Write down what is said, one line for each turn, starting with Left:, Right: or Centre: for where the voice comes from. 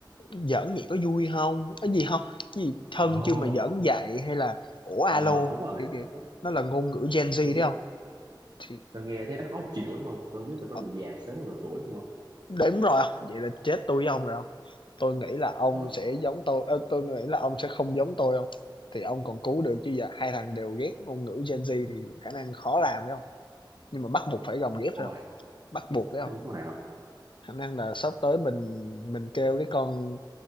Left: "Giỡn vậy có vui không Cái gì không cái gì "Thân
Right: ờ ồ
Left: chưa mà giỡn dạy hay là "Ủa alo
Right: ờ đúng rồi
Left: kiểu kiểu
Right: tôi,
Left: Nó là ngôn ngữ Gen Z
Right: tôi nghe
Left: đấy không Thì
Right: tôi nghe thấy nó khó chịu đúng không tôi không biết tôi có
Left: ờ,
Right: bị già sớm vào độ tuổi không không
Left: đúng rồi, không vậy là chết tôi với ông rồi hông? Tôi nghĩ là ông
Right: rồi
Left: sẽ giống tôi ơ, tôi nghĩ là ông sẽ không giống tôi không Thì ông còn cứu được chứ giờ hai thằng đều ghét ngôn ngữ Gen Z thì khả năng khó làm phải không Nhưng mà bắt buộc phải gồng ghép
Right: ôi
Left: thôi Bắt buộc đấy không?
Right: đúng rồi không
Left: Khả năng là sắp tới mình mình kêu cái con